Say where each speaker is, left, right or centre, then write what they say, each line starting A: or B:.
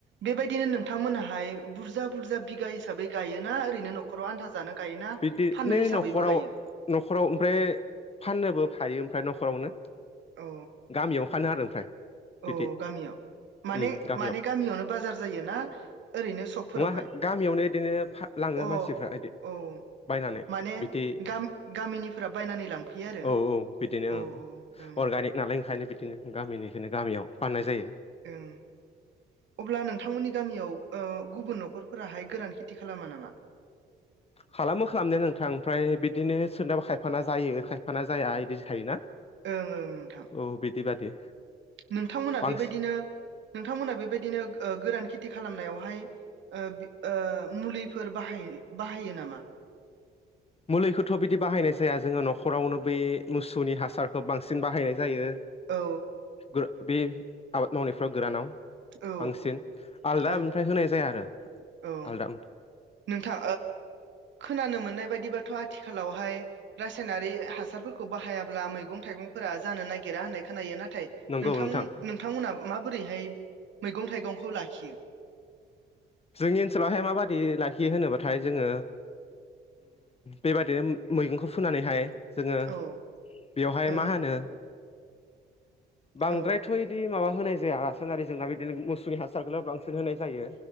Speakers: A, on the right; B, on the left.
A: बेबायदिनो नोंथांमोनाहाय बुस बुरजा बुरजा बिगा हिसाबै गायोना ओरैनो नख'राव आन्था जानो? गायोना
B: बिदिनो
A: फाननो हिसाबैबो
B: न'खराव
A: गायो
B: न'खराव ओमफ्राय फाननोबो फायो ओमफ्राय न'खरावनो।
A: औ
B: गामियाव फानो आरो ओमफ्राय।
A: औ
B: बिदि
A: गामियाव माने
B: उम गामियाव
A: माने गामियावनो बाजार जायो ना? ओरैनो सकफोरावहाय
B: नङा गामियावनो बिदिनो लाङो
A: अ
B: मानसिफ्रा बिदि
A: औ।
B: बायनानै
A: माने
B: बिदि
A: गाम-गामिनिफोरा बायनानै लांफैयो आरो
B: औ औ बिदिनो
A: औ औ उम।
B: अर्गानिक नालाय ओंखायनो बिदिनो गामिनिखौनो गामियाव फाननाय जायो।
A: ओं अब्ला नोंथांमोननि गामियाव ओ गुबुन न'खरफोराहाय गोरान खेथि खालामा नामा?
B: खालामो खालामनाया नोंथां फ्राय बिदिनो सोरनाबा खायफाना जायो खायफाना जाया इदि थायोना
A: ओं ओं नोंथां
B: औ बिदि बादि।
A: नोंथांमोना
B: बांसिन
A: बेबायदिनो नोंथांमोना बेबायदिनो गो ओ गोरान खेथि खालामनायावहाय ओ ओ मुलिफोर बाह बाहायो नामा? <inaudible>
B: मुलिखौथ' बिदि बाहायनाय जाया जोङो न'खरावनो बै मुसौनि हासारखौ बांसिन बाहायनाय जायो
A: औ
B: गोर बे आबाद मावनायफ्राव गोरानाव
A: औ
B: बांसिन आलदा
A: औ
B: निफ्राय होनाय जाया आरो
A: औ
B: आलदा
A: नोंथां। खोनानो मोननाय बायदिबाथ' आथिखालावहाय रासायनारि हासारफोरखौ बाहायाब्ला मैगं थाइ थंफोरा जानो नागिरा होननाय खोनायो ना
B: नंगौ
A: नों
B: नोंथां
A: नोंथांमोना माबोरैहाय मैगं थाइगंखौ लाखियो
B: जोंनि ओनसोलावहाय माबादि लाखियो होनोबाथाय जोङो बेबादिनो मैगंखौ फुनानैहाय जोङो
A: औ
B: बेवहाय
A: ओं
B: मा होनो बांद्रायथ'
A: औ
B: बिदि माबा होनाय जाय जोंहा रासनारि जोंना बिदिनो मोसौनि हासारखौनो बांसिन होनाय जायो